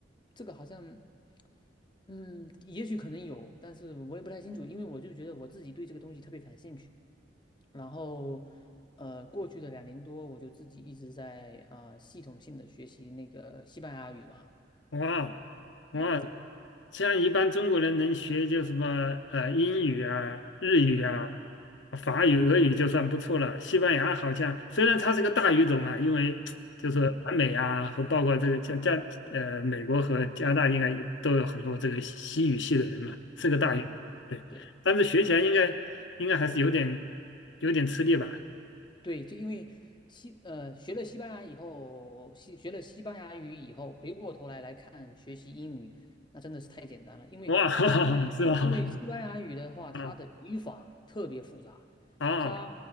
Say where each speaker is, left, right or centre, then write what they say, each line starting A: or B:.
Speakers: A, on the left (about 25°); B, on the left (about 85°).
A: 这个好像，嗯，也许可能有，但是我也不太清楚，因为我就觉得我自己对这个东西特别感兴趣。然后，呃，过去的两年多，我就自己一直在啊、呃系统性的学习那个西班牙语嘛，
B: 哇哇，
A: 嗯
B: 像一般中国人能学就什么呃英语啊、日语啊、
A: 嗯
B: 法语、
A: 嗯
B: 俄语就算不错了。西班牙好像虽然它是个大语种啊，因为就是南美啊和包括这个像加呃美国和加拿大应该也都有很多这个西语系的人嘛，
A: 嗯
B: 是个大语，
A: 嗯，
B: 对。
A: 对。
B: 但是学起来应该应该还是有点有点吃力吧？
A: 对，就因为西呃学了西班牙以后，西学了西班牙语以后，回过头来来看学习英语，那真的是太简单了。因为西班牙因为西班牙语的话，
B: 哇，<laughs> 哈哈是吧？
A: 它的语法特别复杂，
B: <laughs> 啊啊
A: 它